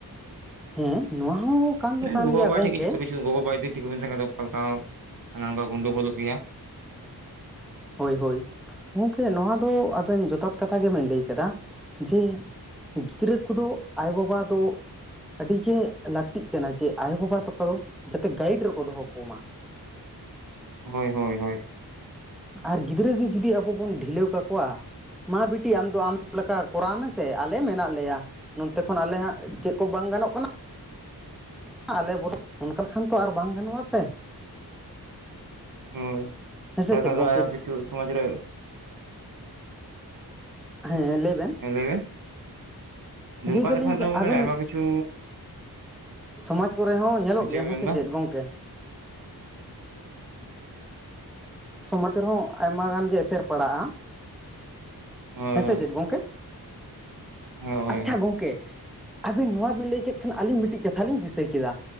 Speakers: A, in the centre; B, on the right.
A: ᱦᱮᱸ ᱱᱚᱣᱟ ᱦᱚᱸ ᱠᱟᱱ ᱫᱚ ᱠᱟᱱ
B: ᱜᱚᱜᱚᱼᱵᱟᱵᱟ
A: ᱜᱮᱭᱟ ᱜᱚᱝᱠᱮ
B: ᱴᱷᱮᱡ ᱜᱮ ᱡᱚᱛᱚ ᱠᱤᱼᱼ ᱜᱚᱜᱚ ᱵᱟᱵᱟ ᱡᱩᱫᱤ ᱴᱷᱤᱠ ᱵᱟᱹᱠᱤᱱ ᱛᱟᱸᱦᱮᱱ ᱠᱷᱟᱱ ᱚᱱᱮ ᱚᱱᱠᱟ ᱜᱳᱱᱰᱳ ᱞᱚᱜ ᱜᱮᱭᱟ
A: ᱦᱳᱭ ᱦᱳᱭ ᱾ ᱜᱚᱝᱠᱮ ᱱᱚᱣᱟ ᱫᱚ ᱟᱵᱮᱱ ᱡᱚᱛᱷᱟᱛ ᱠᱟᱛᱷᱟ ᱜᱮᱵᱮᱱ ᱞᱟᱹᱭ ᱠᱮᱫᱟ ᱡᱮᱼᱼ ᱜᱤᱫᱽᱨᱟᱹ ᱠᱚᱫᱚ ᱟᱭᱳᱼᱵᱟᱵᱟ ᱫᱚᱼᱼ ᱟᱹᱰᱤ ᱜᱮ ᱞᱟᱹᱠᱛᱤᱜ ᱠᱟᱱᱟ ᱡᱮ ᱟᱭᱳᱼᱵᱟᱵᱟ ᱛᱟᱠᱚ ᱫᱚ ᱡᱟᱛᱮ ᱜᱟᱭᱤᱰ ᱨᱮᱠᱚ ᱫᱚᱦᱚ ᱠᱚᱢᱟ᱾
B: ᱦᱳᱭ ᱦᱳᱭ ᱦᱳᱭ
A: ᱟᱨ ᱜᱤᱫᱽᱨᱟᱹ ᱜᱮ ᱡᱩᱫᱤ ᱟᱵᱚ ᱵᱚᱱ ᱰᱷᱤᱞᱟᱹᱣ ᱠᱟᱠᱚᱣᱟ ᱢᱟ ᱵᱤᱴᱤ ᱟᱢ ᱫᱚ ᱟᱢ ᱞᱮᱠᱟ ᱠᱚᱨᱟᱣ ᱢᱮᱥᱼᱼ ᱥᱮ ᱟᱞᱮ ᱢᱮᱱᱟᱜ ᱞᱮᱭᱟ ᱱᱚᱛᱮ ᱠᱷᱚᱱ ᱟᱞᱮ ᱦᱟᱸᱜ ᱪᱮᱫ ᱠᱚ ᱵᱟᱝ ᱜᱟᱱᱚᱜ ᱠᱟᱱᱟ᱾ ᱟᱞᱮ <unintelligible> ᱚᱱᱠᱟ ᱠᱷᱟᱱ ᱛᱚ ᱟᱨ ᱵᱟᱝ ᱜᱟᱱᱚᱜᱼᱟ ᱥᱮ᱾
B: ᱦᱳᱭ
A: ᱦᱮᱸᱥᱮ
B: ᱵᱟᱠᱷᱟᱱ
A: ᱪᱮᱫ
B: ᱫᱚ
A: ᱜᱚᱝᱠᱮ
B: ᱟᱭᱢᱟ ᱠᱤᱪᱷᱩ ᱥᱚᱢᱟᱡ ᱨᱮᱼᱼ
A: ᱦᱮᱸ ᱞᱟᱹᱭ ᱵᱮᱱ?
B: ᱦᱮᱸ ᱞᱟᱹᱭ ᱵᱮᱱ ᱱᱚᱝᱠᱟ
A: ᱞᱟᱹᱭ ᱫᱟᱞᱤᱧ
B: ᱞᱮᱠᱷᱟᱱ ᱫᱚ ᱵᱚᱞᱮ
A: ᱟᱵᱮᱱ
B: ᱟᱭᱢᱟ ᱠᱤᱪᱷᱩᱼᱼ
A: ᱥᱚᱢᱟᱡᱽ ᱠᱚᱨᱮ ᱦᱚᱸ ᱧᱮᱞᱚᱜ ᱜᱮᱭᱟ
B: ᱵᱮᱱ
A: ᱦᱮᱸ
B: ᱢᱮᱱᱫᱟ
A: ᱥᱮ ᱪᱮᱫ ᱜᱚᱝᱠᱮ? ᱥᱚᱢᱟᱡᱽ ᱨᱮᱦᱚᱸ ᱟᱭᱢᱟ ᱜᱟᱱ ᱜᱮ ᱮᱥᱮᱨ ᱯᱟᱲᱟᱜᱼᱟ᱾
B: ᱦᱳᱭ
A: ᱦᱮᱸ ᱥᱮ ᱪᱮᱫ ᱜᱚᱝᱠᱮ
B: ᱦᱳᱭ
A: ᱟᱪᱪᱷᱟ
B: ᱦᱳᱭ
A: ᱜᱚᱢᱠᱮ ᱟᱵᱮᱱ ᱱᱚᱣᱟ ᱵᱮᱱ ᱞᱟᱹᱭ ᱠᱮᱫ ᱠᱷᱟᱱ ᱟᱹᱞᱤᱧ ᱢᱤᱫᱴᱤᱡ ᱠᱟᱛᱷᱟ ᱞᱤᱧ ᱫᱤᱥᱟᱹ ᱠᱮᱫᱟ᱾